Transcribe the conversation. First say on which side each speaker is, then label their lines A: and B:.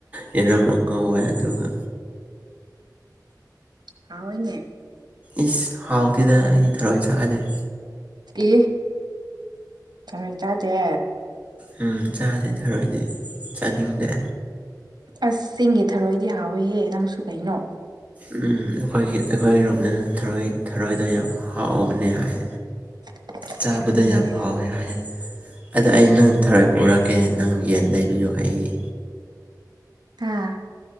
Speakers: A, on the right (about 20°); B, on the right (about 75°).
A: ꯌꯦꯔꯨꯝ ꯑ ꯉꯧꯋꯦ ꯑꯗꯨꯒ
B: <unintelligible> ꯅꯦ
A: ꯏꯁ ꯍꯥꯎꯇꯤꯗ ꯑꯩꯗꯤ ꯊꯔꯣꯏ ꯆꯥꯗꯦ
B: ꯏ ꯊꯔꯣꯏ ꯆꯥꯗꯦ
A: ꯎꯝ ꯆꯥꯥꯗꯦ ꯊꯔꯣꯏꯗꯤ ꯆꯥꯅꯤꯡꯗꯦ
B: ꯑꯁ ꯆꯤꯡꯒꯤ ꯊꯔꯣꯏꯗꯤ ꯍꯥꯎꯋꯦꯍꯦ ꯅꯪꯁꯨ ꯀꯩꯅꯣ
A: ꯎꯝ ꯑꯩꯈꯣꯏꯒꯤ ꯑꯩꯈꯣꯏꯒꯤꯔꯣꯝꯗ ꯊꯔꯣꯏ ꯊꯔꯣꯏꯗꯣ ꯌꯥꯝ ꯍꯥꯎꯕꯅꯦ ꯍꯥꯏ
B: <unintelligible>
A: ꯆꯥꯕꯗ
B: ꯎꯝ
A: ꯌꯥꯝ ꯍꯥꯎꯋꯦ ꯍꯥꯏꯌꯦ ꯑꯗꯣ ꯑꯩ ꯅꯪ ꯊꯔꯣꯏ ꯄꯨꯔꯛꯀꯦ ꯅꯪ ꯌꯦꯟ ꯂꯩꯕꯤꯌꯣ ꯑꯩꯒꯤ
B: ꯑꯥ